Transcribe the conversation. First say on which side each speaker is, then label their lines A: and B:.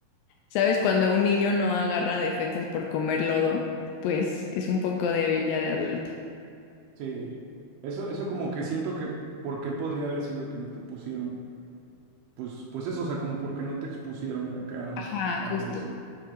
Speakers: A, on the left (about 85°); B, on the right (about 85°).
A: ¿sabes? Cuando un niño no agarra defensas por comer lodo, pues es un poco débil ya de adulto.
B: sí. Eso, eso como que siento que, ¿por qué podría haber sido que no te pusieron? Pues, pues eso, o sea, como porque no te expusieron acá
A: Ajá,
B: a
A: justo.
B: eso.